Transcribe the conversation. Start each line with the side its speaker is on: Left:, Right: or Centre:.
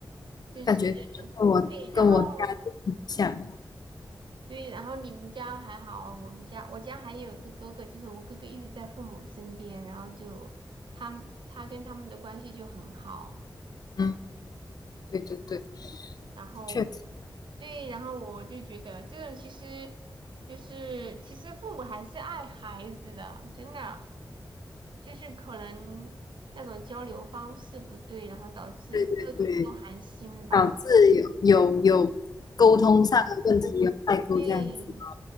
Right: 就是
Left: 感觉跟我跟我家就很像。
Right: 对，然后对，然后你们家还好，我们家我家还有一个哥哥，就是我哥哥一直在父母身边，然后就他们他跟他们的关系就很好，
Left: 嗯，对对对，
Right: 然后
Left: 确实，
Right: 对，然后我就觉得这种其实就是其实父母还是爱孩子的，真的，就是可能那种交流方式不对，然后导致各自都寒心吧，
Left: 对对对，导致有有有沟通上的问题，有代沟这样子，
Right: 对。